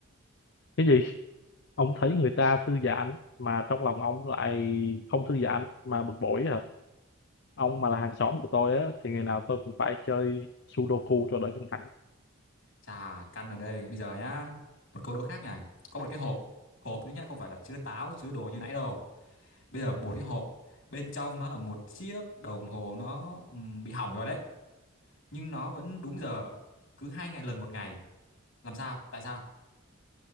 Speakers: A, on the left (about 55°); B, on the left (about 70°).
A: Cái gì? Ông thấy người ta thư giãn mà trong lòng ông lại không thư giãn mà bực bội hả? Ông mà là hàng xóm của tôi á thì ngày nào tôi cũng phải chơi Sudoku cho đỡ căng thẳng.
B: chà căn ở đây bây giờ nhá một câu đố khác này có một cái hộp hộp nữa nhá không phải là chứa táo chứa đồ như nãy đâu bây giờ một cái hộp bên trong nó là một chiếc đồng hồ nó ừm, bị hỏng rồi đấy nhưng nó vẫn đúng giờ cứ hai ngày lần một ngày làm sao tại sao